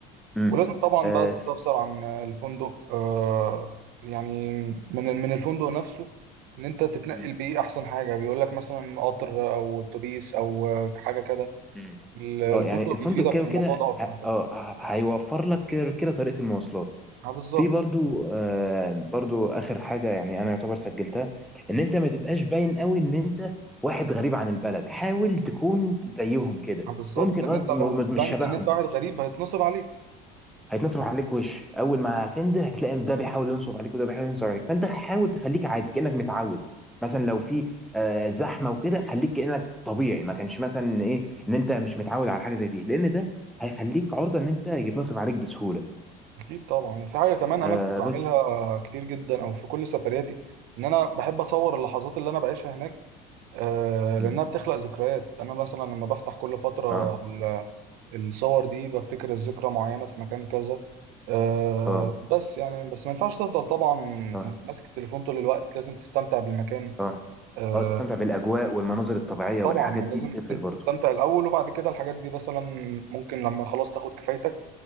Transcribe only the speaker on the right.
ولازم طبعا
بقى تستفسر
عن الفندق آه يعني من من الفندق نفسه ان انت تتنقل
بيه احسن حاجه بيقول لك مثلا قطر او اتوبيس او حاجه كده
ال- الفندق
بيفيدك
في
الموضوع ده اكتر
كده
اه بالظبط
اه بالظبط
لان
انت لو
بنت
ان انت واحد غريب هيتنصب عليك
اكيد طبعا وفي حاجه كمان
انا كنت بعملها
كتير جدا او في كل سفرياتي ان انا بحب اصور اللحظات اللي انا بعيشها هناك آه،
لانها بتخلق ذكريات انا مثلا لما بفتح كل فتره
ال- الصور دي بفتكر الذكرى معينه في مكان كذا آه،
بس يعني بس ما ينفعش تفضل طبعا
ماسك التليفون طول الوقت لازم تستمتع بالمكان
آه،
طبعا
يعني
لازم
انت
تستمتع الاول وبعد كده الحاجات دي مثلا ممكن لما خلاص تاخد كفايتك